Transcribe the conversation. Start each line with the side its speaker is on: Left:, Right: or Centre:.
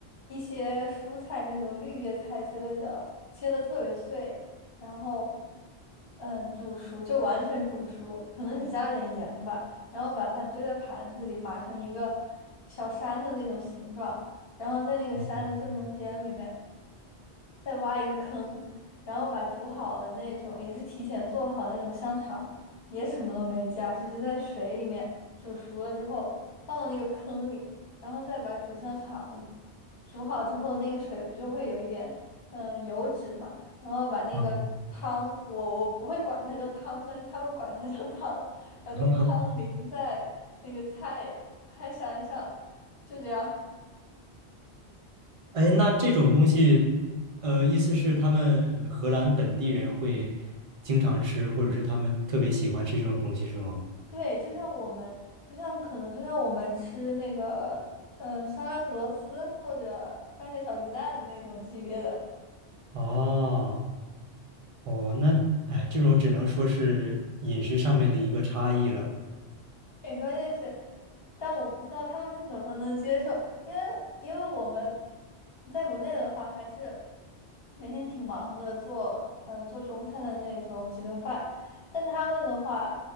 Left: 一些蔬菜那种绿叶菜之类的，切的特别碎，然后嗯煮熟就完全煮熟，可能只加了点盐吧，然后把它堆在盘子里码成一个小山的那种形状，然后在那个山的正中间里面。
Right: <laughs>
Left: 再挖一个坑，然后把煮好的那种，也是提前做好的那种香肠，也什么都没加，只是在水里面煮熟了之后放到那个坑里，然后再把煮香肠煮好之后，那个水不就会有一点嗯油脂嘛，然后把那个汤，
Right: 哦
Left: 我我不会管它叫汤，但是他们管它叫汤，把那个汤淋在那个菜菜山上，
Right: <laughs>
Left: 就这样。
Right: 哎，那这种东西，呃，意思是他们荷兰本地人会经常吃，
Left: <laughs>
Right: 或者是他们特别喜欢吃这种东西，是吗？
Left: 对，就像我们，就像可能就像我们吃那个，嗯、酸辣土豆丝或者番茄炒鸡蛋那种级别的。
Right: 哦，哦，那哎，这种只能说是饮食上面的一个差异了。
Left: 哎，关键是，但我不知道他们是怎么能接受，因为因为我们在国内的话，还是每天挺忙的做，嗯做中餐的那种几顿饭，但他们的话